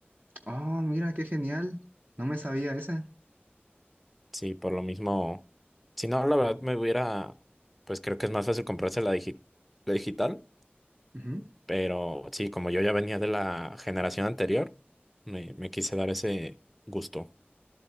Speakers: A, on the right; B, in the centre.
A: Oh, mira, qué genial. No me sabía esa.
B: sí, por lo mismo, si no, la verdad me hubiera, pues creo que es más fácil comprarse la, digi- la digital,
A: Ujú.
B: pero sí, como yo ya venía de la generación anterior, me, me quise dar ese gusto.